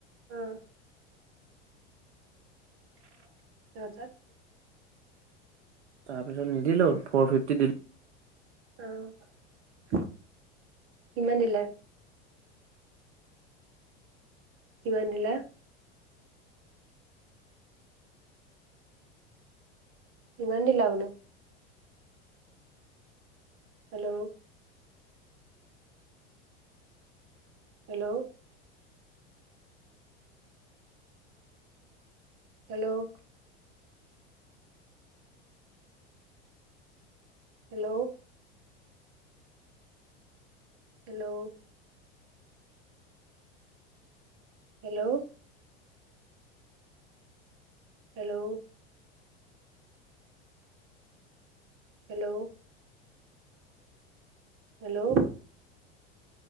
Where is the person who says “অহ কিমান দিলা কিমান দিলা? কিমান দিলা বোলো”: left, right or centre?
Right